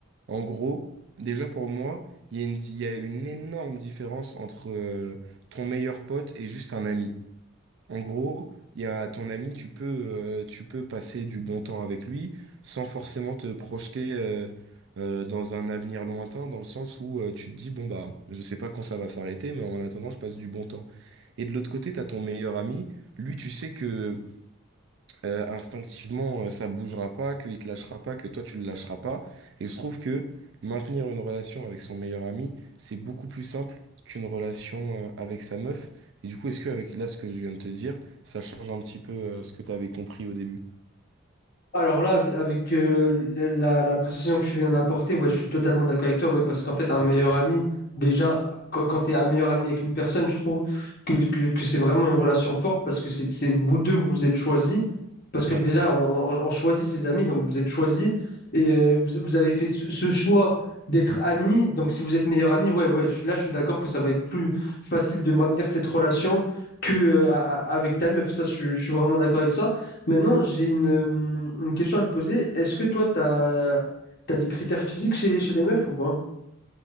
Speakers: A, on the right (about 60°); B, on the left (about 45°).
A: En gros, déjà pour moi, il y a une, di- il y a une énorme différence entre euh, ton meilleur pote et juste un ami. En gros, il y a ton ami, tu peux, euh, tu peux passer du bon temps avec lui sans forcément te projeter euh, euh, dans un avenir lointain, dans le sens où euh, tu te dis, bon bah, je sais pas quand ça va s'arrêter, mais en attendant, je passe du bon temps. Et de l'autre côté, t'as ton meilleur ami. Lui, tu sais que euh, instinctivement, euh, ça bougera pas, qu'il te lâchera pas, que toi tu le lâcheras pas. Et je trouve que maintenir une relation avec son meilleur ami, c'est beaucoup plus simple qu'une relation euh, avec sa meuf. Et du coup, est-ce que avec là ce que je viens de te dire, ça change un petit peu euh, ce que tu avais compris au début?
B: Alors là, ave- avec euh, la, la- la précision que tu viens d'apporter, ouais, je suis totalement d'accord avec toi, ouais, parce qu'en fait, un
A: Ok.
B: meilleur ami, déjà, quand, quand tu es un meilleur ami avec une personne, je trouve que, que, que c'est vraiment une relation forte, parce que c'est, c'est- vous deux, vous vous êtes choisis, parce que
A: Ouais.
B: déjà, on, on- on choisit ses amis, donc vous êtes choisis, et euh, vous, vous avez fait ce, ce choix d'être amis, donc si vous êtes meilleur ami, ouais, ouais, je- là, je suis d'accord que ça va être plus facile de maintenir cette relation que euh, a- a- avec ta meuf, ça, je je suis vraiment d'accord avec ça. Maintenant, j'ai une, euh, une question à te poser. Est-ce que toi, tu as, des critères physiques chez, chez les meufs ou pas?